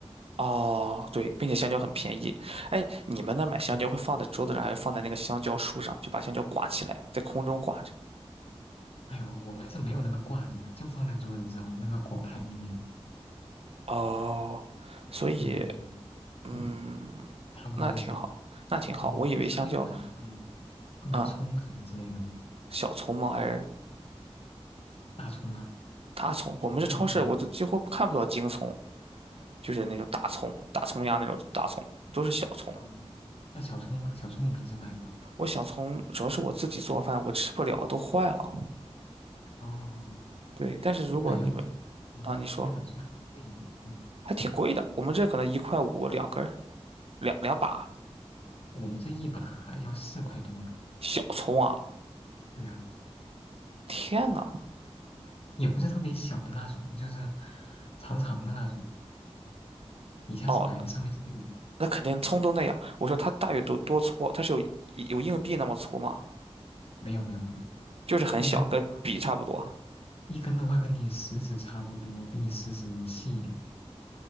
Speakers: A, on the right; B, on the left.
A: 哦，对，并且香蕉很便宜。哎，你们那买香蕉会放在桌子上，
B: 对。
A: 还是放在那个香蕉树上，就把香蕉挂起来，在空中挂着？
B: 哎呦，我们是没有那个挂的呀，就放在桌子上那个果盘里面嘛。
A: 哦，所以，
B: 嗯，对，
A: 嗯。
B: 对，差不多就这样。
A: 那挺好，那挺好。
B: 嗯，
A: 我以为香蕉
B: 你平时会买那个会买葱什么之类的吗？
A: 啊，小葱吗？还是
B: 大葱啊，
A: 大葱？
B: 做饭的那种。
A: 我们这超市我都几乎看不到京葱，就是那种大葱、大葱丫那种大葱，都是小葱。
B: 啊，那小葱呢？小葱你平时买吗？
A: 我小葱主要是我自己做饭，我吃不了，都坏了。
B: 哦，
A: 对，但是如果你们
B: 我感觉我这边，嗯，
A: 啊，你说
B: 这边买葱还挺贵的。嗯，
A: 还挺贵的，我们这可能一块五两根儿，两两把
B: 我们这一把还要四块多呢。
A: 小葱啊！
B: 对呀。
A: 天呐，
B: 也不是特别小的那种，就是长长的那种，底下是白的，
A: 哦，
B: 上面是绿的。
A: 那肯定葱都那样。我说它大约多多粗啊？它是有有硬币那么粗吗？
B: 没有没有没有，
A: 就是很小，
B: 一根的话，
A: 跟笔差不多，
B: 一根的话跟你食指差不多，比你食指细一点。